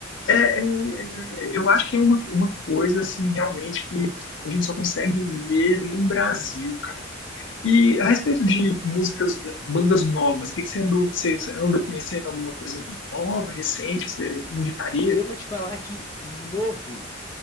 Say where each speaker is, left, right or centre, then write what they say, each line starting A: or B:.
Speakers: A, on the left; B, on the left.
A: é, é, é, eu acho que é uma, uma coisa, assim, realmente que a gente só consegue ver no Brasil, cara. E a respeito de músicas, bandas novas, o que que você andou, você, você anda conhecendo alguma coisa nova, recente, que você indicaria?
B: eu vou te falar que novo,